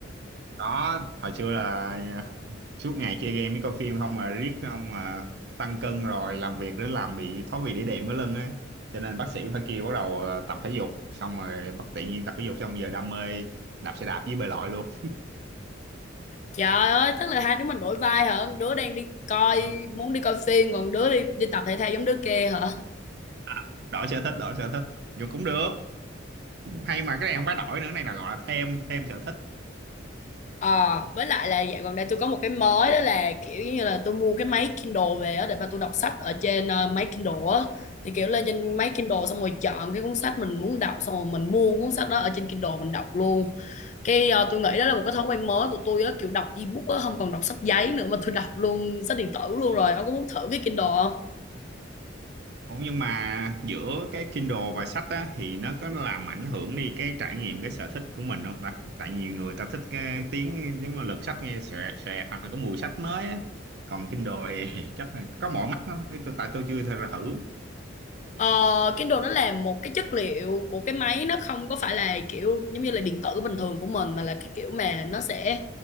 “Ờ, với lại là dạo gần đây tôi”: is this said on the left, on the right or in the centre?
Left